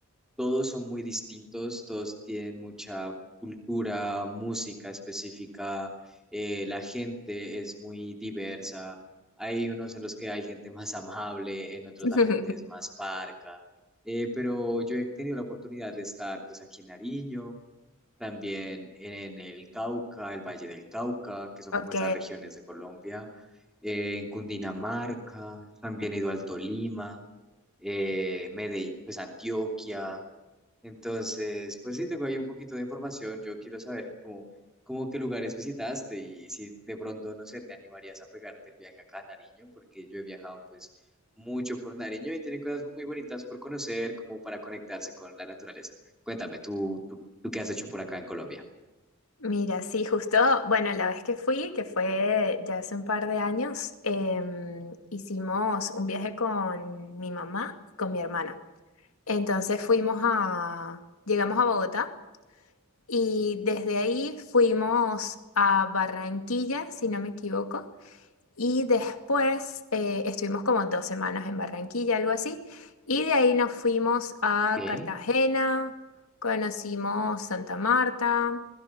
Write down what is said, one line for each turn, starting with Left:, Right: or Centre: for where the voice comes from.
Centre: Todos son muy distintos, todos tienen mucha cultura, música específica, eh, la gente es muy diversa. Hay unos en los que hay gente más amable, en otros
Left: <laughs>
Centre: la gente es más parca. Eh, pero yo he tenido la oportunidad de estar pues aquí en Nariño, también en el Cauca, el Valle del Cauca, que son
Left: Ok,
Centre: como esas regiones de Colombia, eh, en Cundinamarca, también he ido al Tolima, eh, Medellín, pues Antioquia, entonces, pues sí, tengo ahí un poquito de información. Yo quiero saber cómo, cómo qué lugares visitaste y si de pronto, no sé, te animarías a pegarte el viaje acá a Nariño, porque yo he viajado pues mucho por Nariño y tiene cosas muy bonitas por conocer, como para conectarse con la naturaleza. Cuéntame, ¿tú, tú, tú qué has hecho por acá en Colombia?
Left: mira, sí, justo, bueno, la vez que fui, que fue ya hace un par de años, em, hicimos un viaje con mi mamá, con mi hermana. Entonces fuimos a,
Centre: Sí.
Left: llegamos a Bogotá y desde ahí fuimos a Barranquilla, si no me equivoco, y después eh, estuvimos como dos semanas en Barranquilla, algo así, y de ahí nos fuimos a
Centre: ¿Qué?
Left: Cartagena, conocimos Santa Marta,